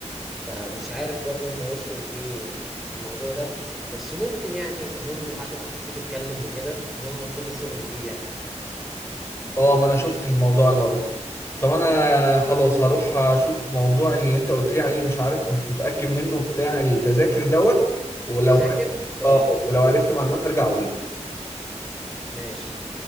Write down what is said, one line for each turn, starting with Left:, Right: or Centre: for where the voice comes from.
Centre: فمش عارف برضه هم وصلوا لايه في الموضوع ده بس ممكن يعني اظن بعد ما الخطيب اتكلم وكده ان هم ابتدوا شغل فيه يعني
Left: اه ما انا شفت الموضوع ده اه طب انا خلاص هروح اشوف موضوع اللي انت قلت لي عليه اللي مش عارف مش متاكد منه بتاع التذاكر دوت ولو
Centre: تذاكر طيب
Left: اه ولو عرفت معلومات هرجع اقول لك
Centre: ماشي